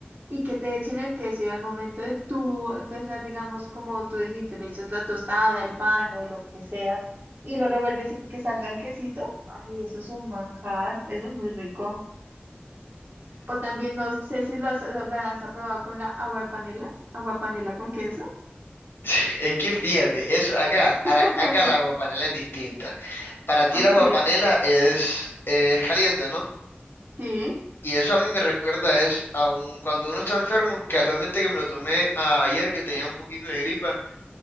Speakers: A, on the right (about 50°); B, on the left (about 65°).
A: y que te echen el queso y al momento de tú empezar, digamos, como tú dijiste, le echas la tostada, el pan o lo que sea y lo revuelves y que salga el quesito, ay, eso es un manjar, eso es muy rico. O también no sé si lo has, lo has probado con la agua de panela, agua de panela con queso.
B: <laughs> Es que fíjate, eso acá, a
A: <laughs>
B: la- acá el agua panela es distinta. Para ti
A: Ok,
B: el agua panela es, eh, es caliente, ¿no?
A: sí,
B: Y eso a mí me recuerda es a un, cuando uno está enfermo, casualmente que me lo tomé a- ayer que tenía un poquito de gripa,